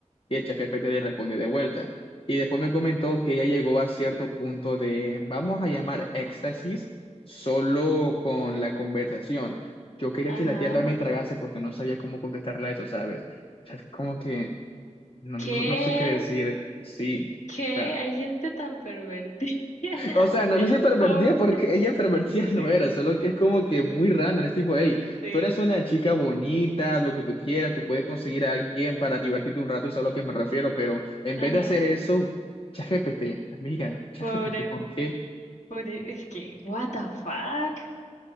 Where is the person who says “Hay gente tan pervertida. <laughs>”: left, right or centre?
Left